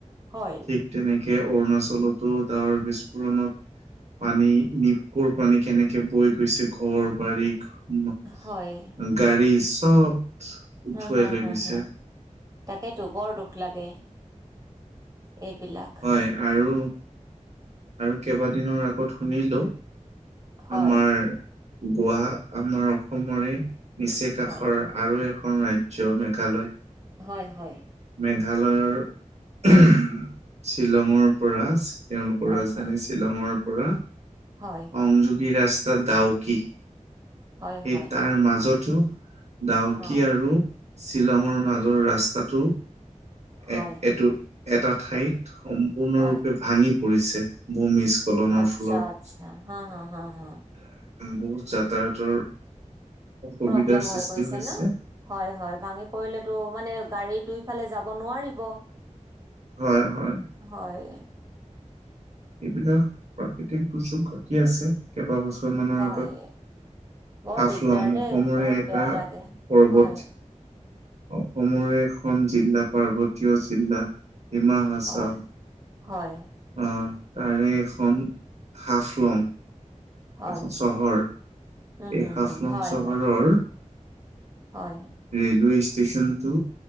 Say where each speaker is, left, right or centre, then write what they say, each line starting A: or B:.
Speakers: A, on the right; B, on the right.
A: হয়,
B: ঠিক তেনেকে। অৰুণাচলতো ডাৱৰ বিস্ফোৰণত পানী নিপ কুৰ পানী কেনেকে বৈ গৈছে ঘৰ বাৰী উ
A: হয়,
B: গাড়ী চব উঠুৱাই
A: হ হু
B: লৈ
A: হু
B: গৈছে
A: হু তাকেতো বৰ দুখ লাগে। এইবিলাক
B: হয় আৰু আৰু কেইবাদিনৰ আগত শুনিলো
A: হয়,
B: আমাৰ গোৱা আমাৰ অসমৰে নিচে কষৰ
A: হয়,
B: আৰু এখন ৰাজ্য মেঘালয়।
A: হয় হয়
B: মেঘালয়ৰ শ্বিলঙৰ পৰা তেওঁলোকৰ
A: হয়,
B: ৰাজধানী
A: হয়,
B: শ্বিলঙৰ পৰা
A: হয়,
B: সংযোগী ৰাষ্ট্ৰ। দাওকী সেই
A: হয়, হয়,
B: তাৰ মাজতো ডাউকী
A: অ',
B: আৰু শ্বিলঙৰ মাজৰ ৰাস্তাটো
A: হয়।
B: এ এটো এটা ঠাইত সম্পূৰ্ণৰূপে
A: হয়,
B: ভাঙি পৰিছে ভূমিস্খলনৰ
A: আচ্ছা
B: ফলত।
A: আচ্ছা, হা হা হা হা,
B: বহুত যাতায়াতৰ অসুবিধাৰ
A: প্ৰব্লেম
B: সৃষ্টি
A: হয় গৈছে
B: হৈছে
A: ন হয়, হয়, ভাঙি পৰিলেটো মানে গাড়ী দুইফালে যাব নোৱাৰিব
B: হয় হয়
A: হয়
B: এইবিলাক প্ৰাকৃতিক দুৰ্যোগ ঘটি আছে কেইবাবছৰমানৰ
A: হয়,
B: আগত
A: বৰ
B: হাফলং
A: দিগদাৰ দেই
B: অসমৰে
A: বহুত
B: এটা
A: বেয়া লাগে।
B: পৰ্বত
A: হয়
B: অসমৰে এখন জিলা পাৰ্বতীয় জিলা ডিমা হাচাৰ
A: হয় হয়
B: অ তাৰে এখন হাফ লং
A: হয়,
B: এখন চহৰ এই
A: উম হুম
B: হাফলং
A: হুম, হয়
B: চহৰৰ
A: হয় হয়,
B: ৰেলৱে ষ্টেশচন টো